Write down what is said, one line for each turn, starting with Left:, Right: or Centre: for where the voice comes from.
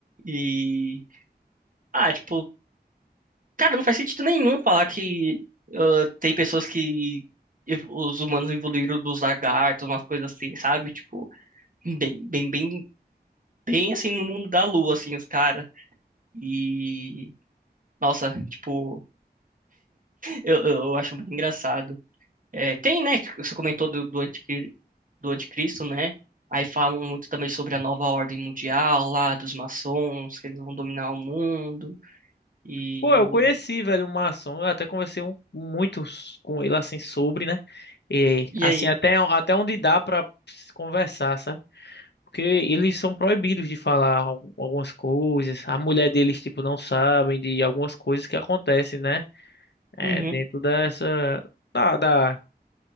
Right: E, ah, tipo, cara, não faz sentido nenhum falar que ah, tem pessoas que ev- os humanos evoluíram dos lagartos, umas coisas assim, sabe? Tipo, bem, bem, bem, bem assim no mundo da lua, assim, os caras. E, nossa, tipo, eu, eu eu acho muito engraçado. É, tem, né? que Você comentou do, do, anticri- do anticristo, né? Aí falam muito também sobre a nova ordem mundial lá, dos maçons, que eles vão dominar o mundo. E,
Left: Pô, eu conheci, velho, o Maçom. Eu até conversei um, muito s- com ele, assim, sobre, né? E,
Right: e
Left: assim,
Right: aí?
Left: até, até onde dá pra se conversar, sabe? Porque eles são proibidos de falar al- algumas coisas. A mulher deles, tipo, não sabem de algumas coisas que acontecem, né? É,
Right: Uhum,
Left: dentro dessa... Da, da,